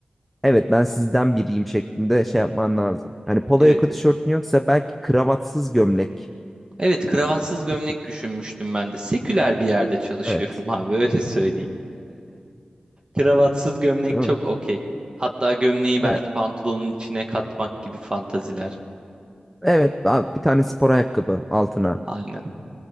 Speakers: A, in the centre; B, on the right.
A: Evet ben sizden biriyim şeklinde şey yapman lazım. Hani polo
B: Evet.
A: yaka tişörtün yoksa belki kravatsız gömlek.
B: Evet, kravatsız gömlek
A: Bir tık,
B: düşünmüştüm ben de. Seküler bir yerde çalışıyorum
A: Evet.
B: <laughs> abi öyle söyleyeyim. Kravatsız gömlek
A: <laughs>
B: çok okey. Hatta gömleği
A: Tamam.
B: belki pantolonun içine katmak gibi fantaziler.
A: Evet abi bir tane spor ayakkabı altına
B: Aynen.